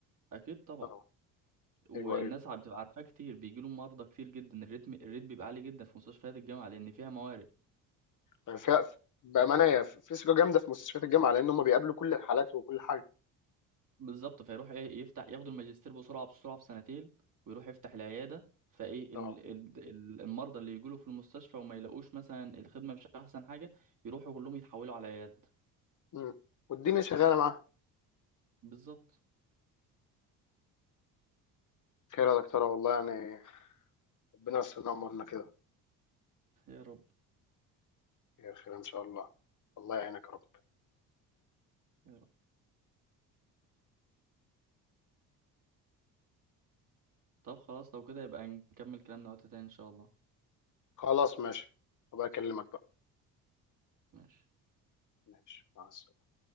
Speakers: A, on the right (about 45°); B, on the left (about 45°).
A: اكيد طبعا
B: اه
A: والناس
B: ايوه ايوه
A: عم بتبقى عارفاه كتير بيجيله مرضى كتير جدا الريتم الريت بيبقى عالي جدا في مستشفيات الجامعة لان فيها موارد
B: مم. فيها بامانه
A: ف-
B: هي في ثقه جامده في مستشفيات الجامعه لان هم بيقابلوا كل الحالات وكل حاجه
A: بالظبط فيروح ايه يفتح ياخد الماجستير بسرعة بسرعة في سنتين ويروح يفتح العيادة فايه ال-
B: اه
A: ال- ال- المرضى اللي يجيله في المستشفى وما يلاقوش مثلا الخدمة مش احسن حاجة يروحوا كلهم يتحولوا على عيادة
B: امم والدنيا شغاله معاها
A: بالظبط
B: خير يا دكتوره والله يعني ربنا يستر امورنا كده
A: يا رب
B: خير خير ان شاء الله الله يعينك يا رب
A: يا رب طب خلاص لو كده يبقى نكمل كلامنا وقت تاني ان شاء الله
B: خلاص ماشي هبقى اكلمك بقى
A: ماشي
B: ماشي مع السلامة